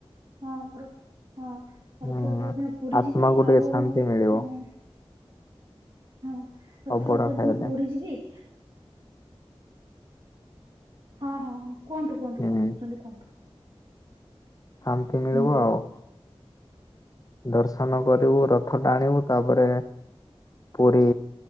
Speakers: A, on the right (about 50°); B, on the left (about 35°).
A: ହଁ ରଥ୍ ହଁ।
B: ହୁଁ
A: ରଥଯାତ୍ରା ଦିନ ପୁରୀ
B: ଆତ୍ମାକୁ
A: ଯିବି
B: ଟିକେ
A: ଆଉ
B: ଶାନ୍ତି
A: ଉଁ
B: ମିଳିବ
A: ହଁ ରଥଯାତ୍ରା
B: ଅବଢା ଖାଇଲେ
A: ଦିନ ପୁରୀ ଯିବି। ହଁ ହଁ ହଁ କୁହନ୍ତୁ କୁହନ୍ତୁ
B: ହୁଁ
A: କଣ କହୁଚନ୍ତି କୁହନ୍ତୁ।
B: ଶାନ୍ତି ମିଳିବ
A: ହୁଁ
B: ଆଉ। ଦର୍ଶନ କରିବୁ ରଥ ଟାଣିବୁ ତାପରେ ପୁରୀ